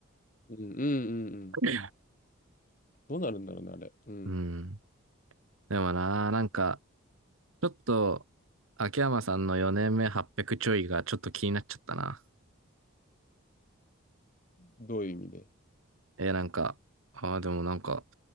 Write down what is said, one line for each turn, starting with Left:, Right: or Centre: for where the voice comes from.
Left: うんうんうんうん。
Right: <laughs>
Left: どうなるんだろうね、あれ。うん。
Right: うん。でもな、なんか、ちょっと、秋山さんの4年目800ちょいがちょっと気になっちゃったな。
Left: どういう意味で。
Right: えーなんか、ああ、でもなんか、